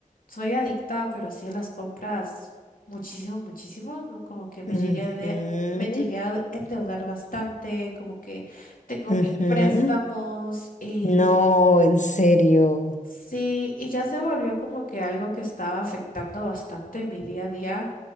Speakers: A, on the left; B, on the left.
A: soy adicta, pero así a las compras muchísimo, muchísimo. ¿no? Como que me
B: ujú,
A: llegué de, me llegué a endeudar bastante, como que tengo
B: ujú.
A: mil préstamos y...
B: No, en serio.
A: Sí, y ya se volvió como que algo que estaba afectando bastante mi día a día.